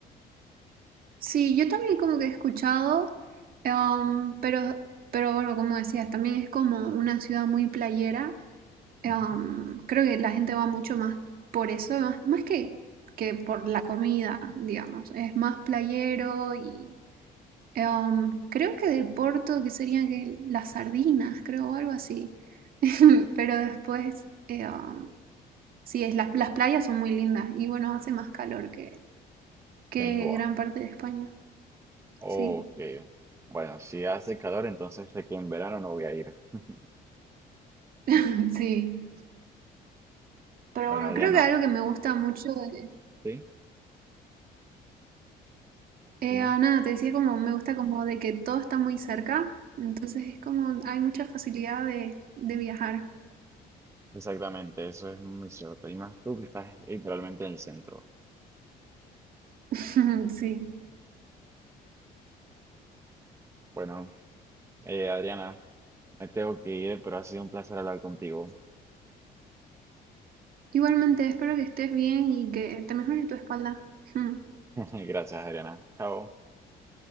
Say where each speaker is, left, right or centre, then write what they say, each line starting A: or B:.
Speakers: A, on the right; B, on the right.
A: Sí, yo también como que he escuchado, em, pero, pero bueno, como decías, también es como una ciudad muy playera. em,
B: Ujú.
A: creo que la gente va mucho más por eso, más, más que, que por la comida, digamos. Es más playero y em, creo que de Porto, que serían que las sardinas, creo, o algo así. <laughs> Pero después, eh, um, sí, es, las, las playas son muy lindas y bueno, hace más calor que, que
B: En Lisboa.
A: gran parte de España.
B: Ok.
A: Sí,
B: Bueno, si hace calor, entonces sé que en verano no voy a ir. <laughs>
A: <laughs> sí. Pero
B: Bueno,
A: bueno, creo
B: ya no.
A: que algo que me gusta mucho de...
B: ¿Sí?
A: Eh,
B: Dime.
A: ah, nada, te decía como me gusta como de que todo está muy cerca, entonces es como hay mucha facilidad de, de viajar.
B: Exactamente, eso es muy cierto. Y más tú que estás literalmente en el centro.
A: <laughs> Sí.
B: Bueno, eh, Adriana, me tengo que ir, pero ha sido un placer hablar contigo.
A: Igualmente, espero que estés bien y que te mejore tu espalda. <laughs>
B: <laughs> Gracias, Adriana. Chao.